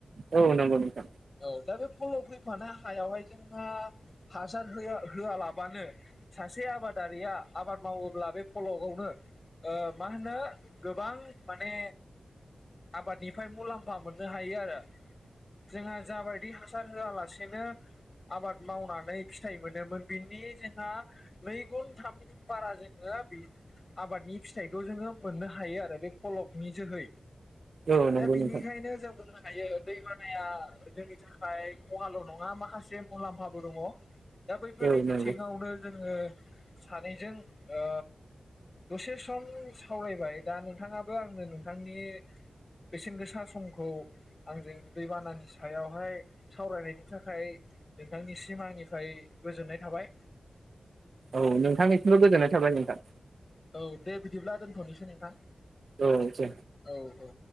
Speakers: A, on the right (about 70°); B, on the left (about 35°).
A: औ नंगौ नोंथां
B: औ। दा बे फलक फैफानो हायावहाय जोंहा हासार होआ होआलाबानो सासे आबादारिया आबाद मावोब्ला बे फलक खौनो मा होनो गोबां माने आबादनिफ्राय मुलाम्फा मोननो हायो आरो जोंहा जाबाय बिदै हासार होआलासेनो आबाद मावनानै फिथाइ मोनोमोन बिनि जोंहा नै गुन थाम गुन बारा जोङो बे आबादनि फिथाइखौ जोङो मोननो हायो आरो, बे फलकनि जोहै
A: औ नंगौ
B: दा बिनिखायनो
A: नोंथां
B: जों बुं थायो दै बानाया जोंनि थाखाय खवल' नङा माखासे मुलाम्फाबो दङ। दा बैफोरनि
A: औ नंगौ
B: बिथिङावनो जोङो। सानैजों ओ दसे सम सावरायबाय दा नोंथाङाबो आंनो नोंथांनि बेसेन गोसा समखौ आंजों दैबानानि सायाव। बेहाय सावरायनायनि थाखाय नोंथांनिसिम आंनिफ्राय गोजोननाय थाबाय।
A: औ नोंथांनिसिमबो गोजोननाय थाबाय नोंथां।
B: औ दे बिदिब्ला दोनथ'नोसै नोंथां।
A: औ दे
B: औ औ